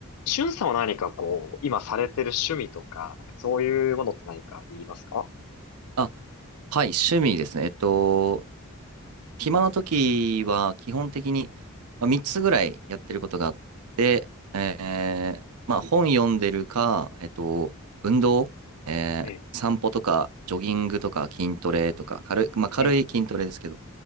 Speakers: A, on the left (about 85°); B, on the right (about 80°).
A: しゅんさんは何かこう、今されてる趣味とか、なんかそういうものって何かありますか
B: あ、はい、趣味ですね。えっと、暇な時は基本的にまあ3つぐらいやってることがあって、えーまあ本読んでるか、えっと、運動、えー散歩とか、
A: え
B: ジョギングとか、筋トレとか、軽い、まあ軽い筋トレですけど、
A: え、ええ、